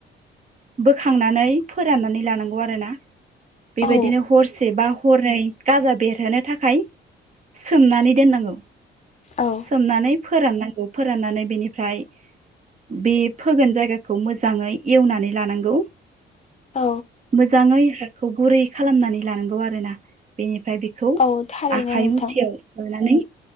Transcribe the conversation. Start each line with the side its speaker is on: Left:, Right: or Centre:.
Right: बोखांनानै फोराननानै लानांगौ आरोना बेबायदिनो
Left: औ
Right: हरसे बा हरनै गाजा बेरहोनो थाखाय सोमनानै दोननांगौ
Left: औ
Right: सोमनानै फोराननांगौ फोराननानै बिनिफ्राय बे फोगोन जायगाखौ मोजाङै एवनानै लानांगौ
Left: औ
Right: मोजाङै हाखौ गुरै खालामनानै लानांगौ आरोना बेनिफ्राय ओमफ्राय बेखौ
Left: औ थारैनो
Right: आखाइ
Left: नोंथां
Right: मुथियाव माबानानै